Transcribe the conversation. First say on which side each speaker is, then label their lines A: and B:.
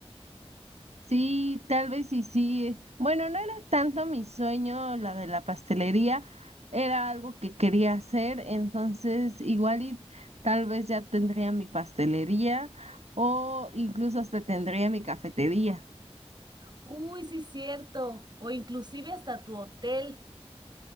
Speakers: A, on the right; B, on the right.
A: Sí, tal vez y sí. Bueno, no era tanto mi sueño la de la pastelería, era algo que quería hacer, entonces igual y tal vez ya tendría mi pastelería o incluso hasta tendría mi cafetería.
B: Uy, sí, cierto. O inclusive hasta tu hotel.